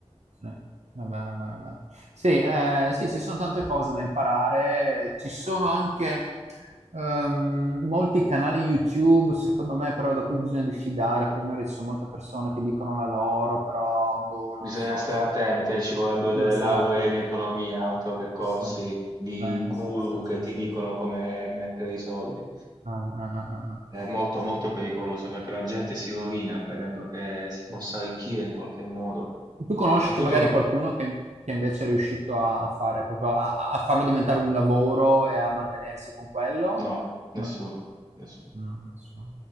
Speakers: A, on the right (about 80°); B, on the right (about 40°).
A: Sì. Va bene, va bene, va bene. Sì, ehm, sì, ci sono tante cose da imparare. Ci sono anche, uhm, molti canali YouTube, secondo me, però da cui bisogna diffidare, perché magari ci sono molte persone che dicono la loro, però boh,
B: Bisogna
A: non so,
B: stare
A: st
B: attenti, eh, ci vorrebbero
A: bisogna
B: delle
A: stare
B: lauree
A: attenti.
B: in economia, altro che corsi
A: Sì,
B: di
A: sì,
B: guru
A: sì, sì,
B: che ti
A: sì, sì,
B: dicono
A: sì.
B: come mettere i soldi.
A: Ah, ah, ah, ah, ah.
B: È molto
A: Sì,
B: molto
A: sì,
B: pericoloso perché la gente si rovina credendo che si possa
A: sì.
B: arricchire in qualche modo.
A: Tu conosci
B: Ma è tutto
A: magari
B: una...
A: qualcuno che, che invece è riuscito a, a fare proprio a, a farlo diventare un lavoro e a mantenersi con quello?
B: No,
A: No.
B: nessuno, nessuno.
A: No, non so.